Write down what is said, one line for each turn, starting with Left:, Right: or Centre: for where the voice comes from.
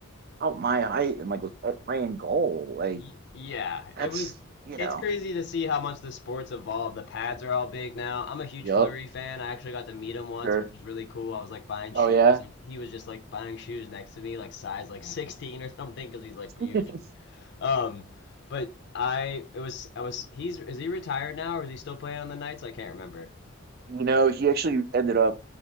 Right: about my height and like was out playing goal. Like
Left: Y- Yeah,
Right: that's
Left: it was.
Right: you
Left: It's
Right: know.
Left: crazy to see how much the sport's evolved. The pads are all big now. I'm a huge
Right: Yup.
Left: flurry fan. I actually got to meet him once,
Right: Sure.
Left: which was really cool. I was like buying shoes,
Right: Oh yeah.
Left: and he was just like buying shoes next to me, like size like 16 or something, because he's like huge.
Right: <laughs>
Left: Um, but I it was I was he's is he retired now or is he still playing on the nights? I can't remember.
Right: You know he actually ended up